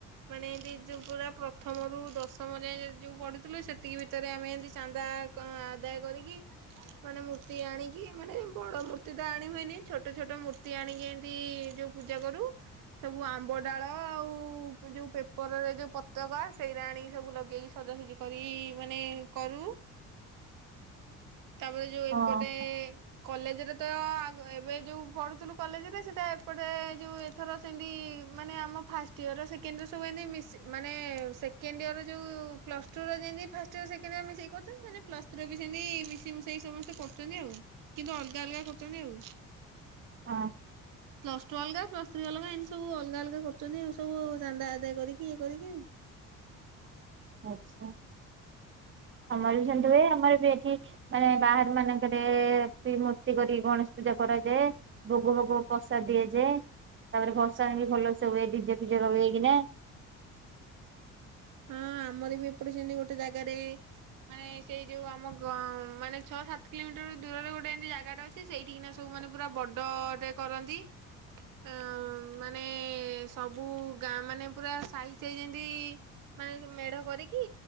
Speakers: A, on the right; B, on the right.
A: ମାନେ ଏମତି ଯଉ ପୂରା ପ୍ରଥମରୁୁ ଦଶମ ଯାଏ ଯୋଉ ପଢୁଥିଲୁ ସେତିକି ଭିତରେ ଆମେ ଏମତି ଚାନ୍ଦା କଣ ଆଦାୟ କରିକି ମାନେ ମୂର୍ତ୍ତି ଆଣିକି ମାନେ ବଡ ମୂର୍ତ୍ତି ତ ଆଣି ହୁଏନି ଛୋଟ ଛୋଟ ମୂର୍ତ୍ତି ଆଣିକି ଏମିତି ଯୋଉ ପୂଜା କରୁ। ସବୁ ଆମ୍ବ ଡାଳ ଆଉ ଯେଉ ପେପରରେ ଯେଉଁ ପତକା ସେଇଟା ଆଣିକି ସବୁ ଲଗେଇକି ସଜା ସଜି କରିକି ମାନେ କରୁ ତାପରେ ଯୋଉ
B: ହଁ
A: ଏପଟେ କଲେଜରେ ତ ଆଗ ଏବେ ଯୋଉ ପଢୁଥିଲୁ କଲେଜରେ ସେଟା ଏପଟେ ଯୋଉ ଏଥର ସେମିତି ମାନେ ଆମ ଫାଷ୍ଟ ଇୟର ସେକେଣ୍ଡ ଇଅର ସବୁ ଏମିତି ମିସିକି ମାନେ ସେକେଣ୍ଡ ଇୟର ଯେଉଁ ପ୍ଲସ୍ ଟୁର ଯେମି ଫାଷ୍ଟ ଇୟର ସେକଣ୍ଡ ୟର ମି ସେଇ ମିଶାକି କରୁଛନ୍ତି ସେମତି ପ୍ଲସଥ୍ରୀ ର ବି ସେମତି ମିସେଇ ମିଶାକି ସମସ୍ କରୁଛନ୍ତି ଆଉ କିନ୍ତୁ ଅଲଗା ଅଲଗା କରୁଛନ୍ତି ଆଉ।
B: ହଁ।
A: ପ୍ଲସ ଟୁ ଅଲଗା ପ୍ଲସ ଥ୍ରୀ ଅଲଗା ଏନ୍ତି ସବୁ ଅଲଗା ଅଲଗା କରୁଛନ୍ତି ଆଉ ସବୁ ଚାନ୍ଦା ଆଦା କରିକି ଇଏ କରିକି।
B: ଆଚ୍ଛା। ଆମର ବି ସେମତି ହୁଏ ଆମର ବି ଏଠି ମାନେ ବାହାର ମାନଙ୍କରେ ଏମତି ମୂର୍ତ୍ତି କରିକି ଗଣେଶ ପୂଜା କରାଯାଏ। ଭୋଗ ଭୋଗ ପ୍ରସାଦ ଦିଆଯାଏ। ତାପରେ ଭସାଣ ବି ଭଲସେ ହୁଏ ଡିଜେ ଫିଜେ ଲଗେଇକିନା।
A: ହଁ ଆମର ବି ଏପଟେ ସେନ୍ତି ଗୋଟେ ଜାଗାରେ ମାନେ ସେଇ ଯୋଉ ଆମ ଗ ମାନେ ଛଅ ସାତ କିଲୋମିଟର ଦୂରରେ ଗୋଟେ ଏମତି ଜାଗାଟା ଅଛି ସେଇଠିକିନା ସବୁମାନେ ପୁରା ବଡ଼ଟେ କରନ୍ତି। ଅଁ ମାନେ ସବୁ ଗାଁ ମାନେ ପୁରା ସାହି ସାହି ଯେନ୍ତି ମାନେ ମେଢ କରିକି